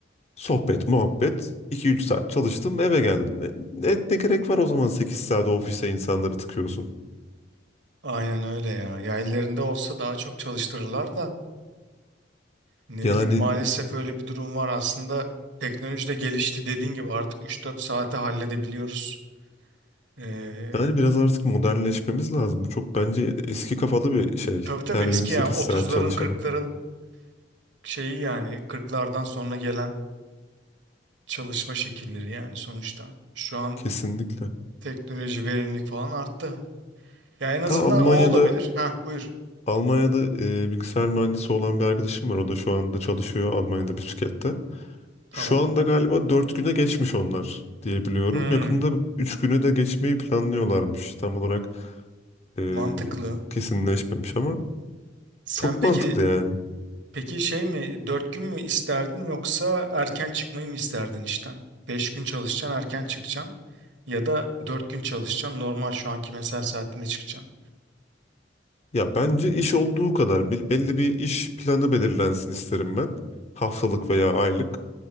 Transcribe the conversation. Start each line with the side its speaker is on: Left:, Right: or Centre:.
Left: Sohbet, muhabbet. iki üç saat çalıştım eve geldim. Ne, ne, ne gerek var o zaman 8 saat ofise insanları tıkıyorsun.
Right: Aynen öyle ya. Ya ellerinde olsa daha çok çalıştırırlar da. Ne
Left: Yani
Right: bileyim maalesef öyle bir durum var. Aslında teknoloji de gelişti dediğin gibi artık üç dört saate halledebiliyoruz. Ee,
Left: yani biraz artık modernleşmemiz lazım. Bu çok bence eski kafalı bir şey.
Right: tabii tabii
Left: Her
Right: eski
Left: gün 8
Right: yani 30'ların
Left: saat çalışalım.
Right: 40'ların şeyi yani 40'lardan sonra gelen çalışma şekilleri yani sonuçta. Şu an
Left: Kesinlikle.
Right: teknoloji, verimlilik falan arttı. Ya en azından
Left: Ta Almanya'da
Right: o olabilir. Ha buyur.
Left: Almanya'da e, bilgisayar mühendisi olan bir arkadaşım var. O da şu anda çalışıyor Almanya'da bir şirkette.
Right: Tamam.
Left: Şu anda galiba 4 güne geçmiş onlar diye biliyorum.
Right: Hmm,
Left: Yakında 3 günü de geçmeyi planlıyorlarmış. Tam olarak e,
Right: mantıklı.
Left: kesinleşmemiş ama
Right: Sen
Left: çok
Right: peki
Left: mantıklı yani.
Right: peki şey mi dört gün mü isterdin yoksa erken çıkmayı mı isterdin işten? Beş gün çalışacaksın erken çıkacaksın ya da dört gün çalışacaksın normal şu anki mesai saatinde çıkacaksın.
Left: Ya bence iş olduğu kadar bil- belli bir iş planı belirlensin isterim ben. Haftalık veya aylık.